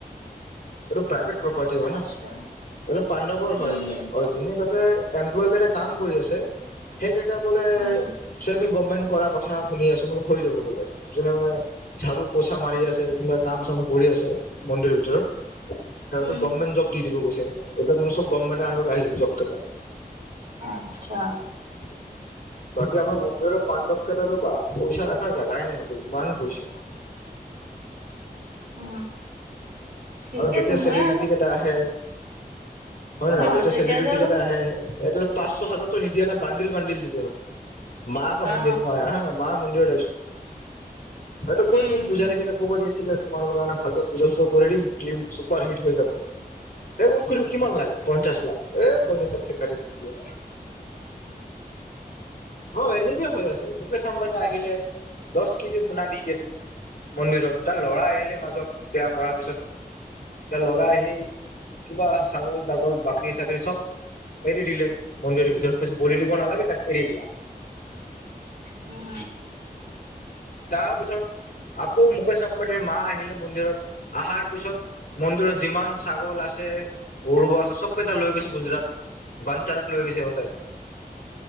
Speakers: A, on the left; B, on the right.
A: আৰুটো প্ৰাইভেট প্ৰপাৰটী হয় নহয়,
B: আচ্ছা
A: এইটো পান্দবৰ হয়
B: উম
A: এইবিলাক অ' যোনে তাতে এমপ্লয় লয়। কাম কৰি আছে সেই কেইটা বোলে
B: উম
A: চেমি গভমেণ্ট কৰাৰ কথা। শুনি আছো মান হৈ যাব বোলে যোনে মানে ঝাৰু, পোচা মাৰি আছে। কাম চাম কৰি আছে। মন্দিৰৰ ভিতৰত সিহঁতটো
B: উম
A: গভমেণ্ট জব দি দিব কৈছে, এইবিলাক মানে গভমেণ্ট আডত আহি যাব জব কেইটা।
B: আচ্ছা।
A: <inaudible> বাকী আমাৰ বন্ধুৰ পাণ্ডৱ কেইতাতো বা পইচা ৰখাৰ জাগাই নাই ইমান পইচা । <inaudible>
B: উ ঠিকে
A: আৰু যেতিয়া
B: আছে মই
A: চেলিব্ৰিটি
B: আৰু
A: কেইটা আহে হয় ন নহয়
B: অ
A: যেতিয়া
B: তেতিয়া
A: চেলিব্ৰিটি
B: আৰু
A: কেইটা আহে এ । পাঁচশ হাজাৰতো নিদিয়া না বান্দিল বান্দিল দিব। সিহঁতে মাক কা
B: অ
A: মন্দিৰ মই হা না মা মন্দিৰ । কৈ
B: উম
A: দিব পূজাৰী
B: উম
A: কেটাক ঠিক আছে, তোমাৰ কাৰণে ভালকে পূজা-চূজা ফিল্ম চুপাৰ হিট হৈ যাব এই কৰি কিমান লাগে পঞ্চাশ লাখ। এই পনে চবছে কাটি দিয়। হয় এনেকে হৈ আছে মুকেশ আম্বানী আহিলে, দহ কেজিত শুণা দি গেল। মন্দিৰত তাৰ ল'ৰা আহিলে মাজত বিয়া কৰাৰ পিছত তাৰ ল'ৰা আহি কিবা ছাগল, দাগল, বাকৰি চাকৰি চব এৰি দিলে মন্দিৰৰ ভিতৰত কজ বল দিব নালাগে তাত এৰি দিয়া ।
B: উম।
A: তাৰপিছত আকৌ মুকেশ অম্বানীৰ মা আহিলে মন্দিৰত আহাৰ পিছত মন্দিৰত যিমান ছাগল আছে গৰু আছে চবকেইটা লৈ গৈছে গুজৰাট । বনতাৰাত লৈ গৈছে সিহঁতে।